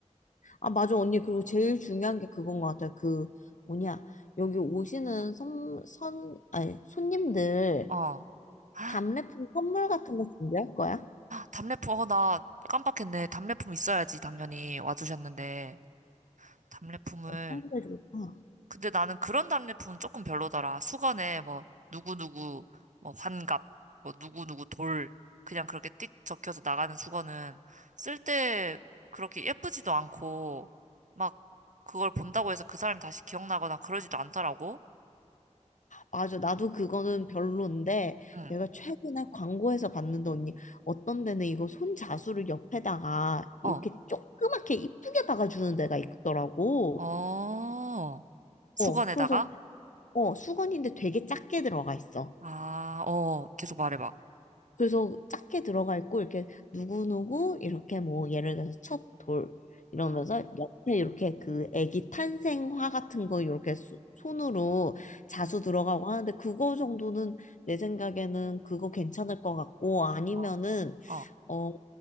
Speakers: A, on the left (about 80°); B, on the right (about 75°).
A: 아 맞아 언니 그리고 제일 중요한 게 그건 것 같아 그 뭐냐 여기 오시는 선, 선 아니 손님들
B: 어. 아,
A: 답례품 선물 같은 거 준비할 거야?
B: 답례품. 어, 나 깜빡했네. 답례품 있어야지 당연히 와주셨는데 답례품을
A: 어떤 좋을까
B: 근데 나는 그런 답례품은 조금 별로더라. 수건에 뭐 누구누구 뭐 환갑 뭐 누구누구 돌 그냥 그렇게 띡 적혀서 나가는 수건은 쓸 때 그렇게 예쁘지도 않고 막 그걸 본다고 해서 그 사람이 다시 기억나거나 그러지도 않더라고.
A: 맞아, 나도 그거는 별론데
B: 응.
A: 내가 최근에 광고에서 봤는데 언니 어떤 데는 이거 손자수를 옆에다가 이렇게
B: 어.
A: 조그맣게 이쁘게 박아주는 데가 있더라고.
B: 어. 수건에다가
A: 어, 그래서 어 수건인데 되게 작게 들어가 있어.
B: 아, 어. 계속 말해 봐.
A: 그래서 작게 들어가 있고 이렇게 누구누구 이렇게 뭐 예를 들어서 첫 돌 이러면서
B: 아.
A: 옆에 이렇게 그 아기 탄생화 같은 거 이렇게 수- 손으로 자수
B: 음.
A: 들어가고 하는데 그거 정도는 내 생각에는 그거 괜찮을 것 같고 아니면은
B: 어. 어.
A: 어